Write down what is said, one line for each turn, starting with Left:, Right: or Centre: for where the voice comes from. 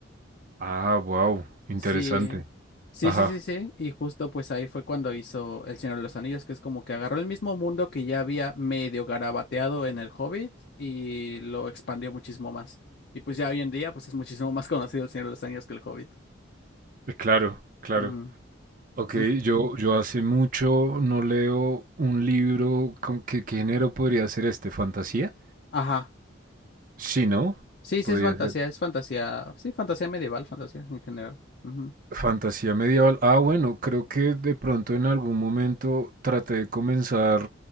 Right: Ah, wow, interesante.
Left: Sí, sí,
Right: Ajá,
Left: sí, sí, sí. Y justo pues ahí fue cuando hizo El Señor de los Anillos, que es como que agarró el mismo mundo que ya había medio garabateado en El Hobbit y lo expandió muchísimo más. Y pues ya hoy en día pues es muchísimo más <laughs> conocido El Señor de los Anillos que El Hobbit.
Right: eh, claro, claro.
Left: Ujú.
Right: Ok,
Left: En-
Right: yo, yo hace mucho no leo un libro con qué qué género podría ser este, ¿fantasía?
Left: Ajá.
Right: Sí, ¿no?
Left: Sí,
Right: Podría
Left: sí, es fantasía,
Right: ser.
Left: es fantasía. Sí, fantasía medieval, fantasía en general. Ujú.
Right: Fantasía medieval. Ah, bueno, creo que de pronto en algún momento traté de comenzar